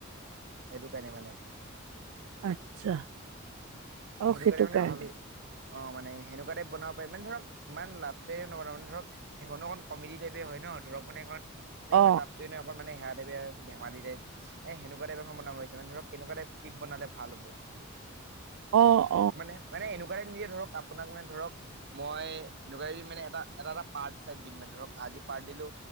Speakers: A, on the right (about 55°); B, on the right (about 80°).
A: সেইটো কাৰণে মানে।
B: আচ্ছা। অ',
A: সেইটো কাৰনে
B: কাৰণে।
A: ভাবি, অ মানে সেনেকুৱা টাইপ বনাব পাৰি মানে ধৰক ইমান লাভষ্টৰী নবনাও মানে ধৰক সেইখন অকণ কমেডি টাইপে হয় ন দৰক মানে এখন
B: অ',
A: ইমান লাভষ্ট <unintelligible> অকন সেয়া টাইপে ধেমালি টাইপ এ সেনেকুৱা টাইপ এখন বনাবো মানে ধৰক কেনেকুৱা টাইপ ক্লিলিপ বনালে ভাল হ'ব?
B: অঁহ।
A: মানে মানে এনেকুৱা টাইপ নিজে ধৰক আপোনাক মানে ধৰক মই এনেকুৱা দিম মানে এটা এটা এটা পাৰ্ট টাইপ দিম মানে ধৰক আজি পাৰ্ট দিলো